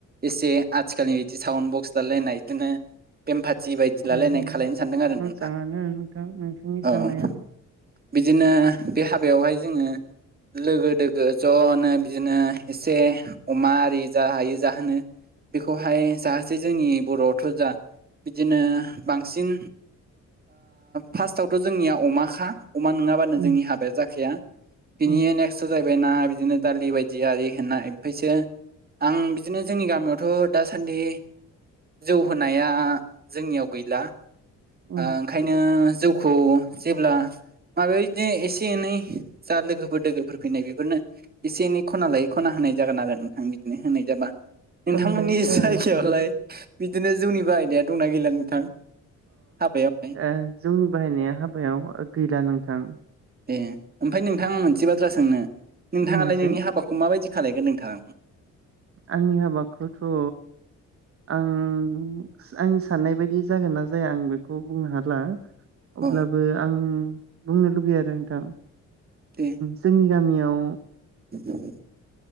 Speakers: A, on the right; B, on the right.
A: एसे आथिखालनि बिदि साउन्ड बक्स थालायलायनाय इदिनो बेमपाथि बायदि लालायनाय
B: उम
A: खालायनो सानदों आरो
B: मोजाङानो
A: नोंथां
B: नोंथां नोंथांनि साननाया
A: औ बिदिनो बे हाबायावहाय जोङो लोगो दोगो ज'नो बिदिनो एसे अमा आरि जा हायो जाहोनो बेखौहाय जाहोसै जोंनि बर'आवथ' जा बिदिनो बांसिन फार्स्टआवथ' जोंनिया अमा खा अमा नोङाबानो
B: उम
A: जोंनि हाबाया जाखाया बिनिहाय
B: उम
A: नेक्स्ट जायैबाय ना बिदिनो दालि बायदि आरि होनना ओमफायसो आं बिदिनो जोंनि गामियावथ' दासान्दि जौ हो नाया जोंनियाव गैला ओंखा
B: उम
A: ओंखायनो जौखौ जेब्ला हाबायाव बिदिनो एसे एनै जा लोगोफोर दोगोफोर फैनाय बेफोरनो एसे एनै खना लायै खना होनाय जागोन आरो नोंथां बिदिनो होनाय जाबा नोंथांमोननि
B: खना लायै खना
A: जायगायावलाय
B: नङा
A: बिदिनो जौनि बाहायनाय दंना गैला नोंथां हाबायावलाय
B: अ जौनि बाहायनाया हाबायाव गैला नोंथां
A: ए ओमफ्राय नोंथां आं मोनसे बाथ्रा सोंनो नोंथाङालाय
B: बुंनायसाय
A: नोंनि हाबाखौ माबायदि खालायगोन नोंथाङा
B: आंनि हाबाखौथ' आं आंनि साननाय बायदि जागोन ना जाया आं बेखौ बुंनो हाला अब्लाबो
A: अ
B: आं बुंनो लुबैयो आरो नोंथां
A: दे
B: जोंनि गामियाव
A: <inaudible>